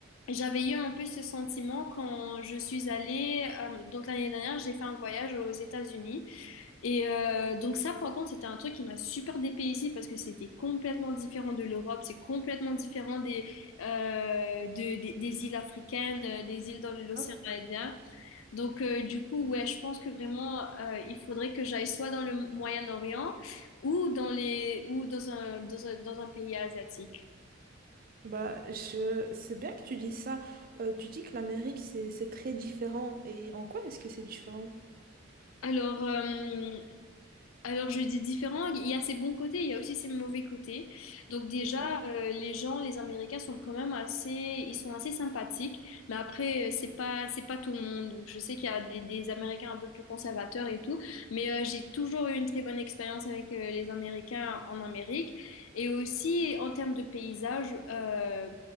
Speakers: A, on the left; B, on the right.
A: j'avais eu un peu ce sentiment quand je suis allée, euh, donc l'année dernière, j'ai fait un voyage aux États-Unis. Et euh, donc ça, par contre, c'était un truc qui m'a super dépaysé parce que c'était complètement différent de l'Europe, c'est complètement différent des, euh, de- des, des îles africaines, euh, des îles dans l'océan
B: Hein
A: Indien. Donc euh, du coup, ouais, je pense que vraiment, euh, il faudrait que j'aille soit dans le Moyen-Orient ou dans les, ou dans un, dans un, dans un pays asiatique.
B: Bah, je... C'est bien que tu dis ça. Euh, tu dis que l'Amérique, c'est c'est très différent. Et en quoi est-ce que c'est différent?
A: Alors, euh, Alors je dis différent, il y a ses bons côtés, il y a aussi ses mauvais côtés. Donc déjà,
B: Ok.
A: euh, les gens, les Américains sont quand même assez, ils sont assez sympathiques. Mais après, euh, c'est pas, c'est pas tout le monde. Donc je sais qu'il y a des, des Américains un peu plus conservateurs et tout. Mais euh, j'ai toujours eu une très bonne expérience avec euh, les Américains en Amérique. Et aussi en termes de paysage, euh,